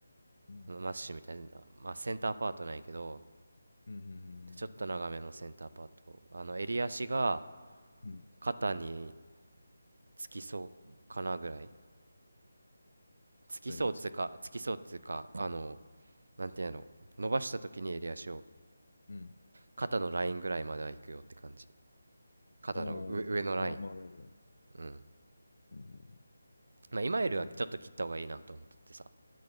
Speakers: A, on the left; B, on the right.
A: うん、
B: マッシュみたいな、まあ、センターパートなんやけど
A: うん、うん。う
B: ちょっと長めのセンターパートあの襟足が
A: んうん。
B: 肩につきそうかなぐらいつきそうつうかつきそうつうかあの
A: 豚につき。
B: なんてやろ伸ばした時に襟足を
A: うん。
B: 肩のラインぐらいまでは行くよって感じ肩の上上のライン。
A: おー、まあまあだね。
B: うん。
A: うん。
B: まあ今よりはちょっと切った方がいいなと思っててさ。
A: うん。